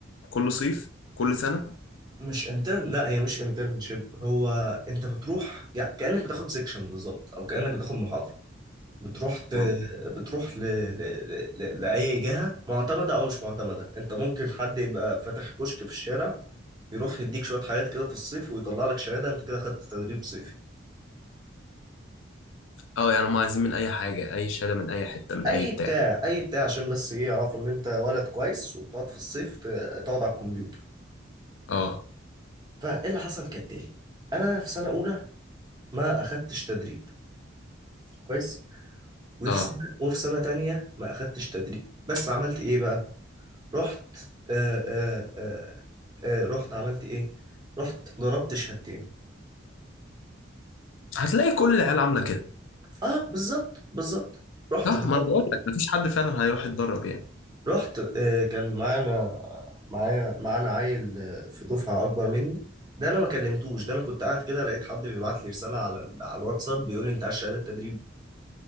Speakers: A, on the left; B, on the right.
A: كل صيف كل سنة
B: مش انترن لا هي مش انترنشيب هو انت بتروح يعني كأنك بتاخد سيكشن بالظبط او كأنك بتاخد محاضرة بتروح ت...
A: اه
B: بتروح ل... ل... ل... لأي جهة معتمدة او مش معتمدة انت ممكن حد يبقى فاتح كشك في الشارع يروح يديك شوية حاجات كده في الصيف ويطلع لك شهادة انت كده خدت تدريب صيفي
A: اه يعني هم عايزين من اي حاجة اي شهادة من اي حتة من
B: اي
A: اي بتاع
B: بتاع اي بتاع عشان بس ايه يعرفوا ان انت ولد كويس وبتقعد في الصيف ت- تقعد على الكمبيوتر
A: اه
B: فايه اللي حصل كالتالي انا في سنه اولى ما اخدتش تدريب كويس وفي
A: اه
B: سنه وفي سنه تانية ما اخدتش تدريب بس عملت ايه بقى رحت آه آه آه آه رحت عملت ايه رحت ضربت شهادتين
A: هتلاقي كل العيال عاملة كده
B: اه بالظبط بالظبط رحت
A: صح
B: ضربت
A: ما انا بقول لك مفيش حد فعلا هيروح يتدرب يعني
B: رحت آه كان معانا معايا معانا عيل آه، في دفعه اكبر مني ده انا ما كلمتوش ده انا كنت قاعد كده لقيت حد بيبعت لي رساله على على الواتساب بيقول لي انت عايز شهاده تدريب